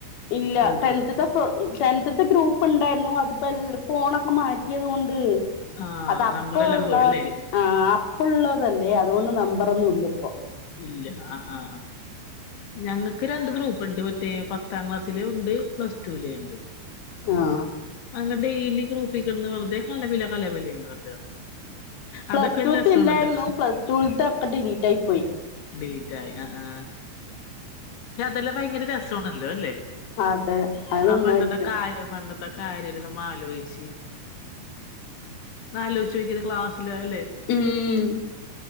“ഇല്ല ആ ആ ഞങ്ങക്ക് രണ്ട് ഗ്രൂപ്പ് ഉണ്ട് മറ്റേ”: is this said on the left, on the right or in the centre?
Left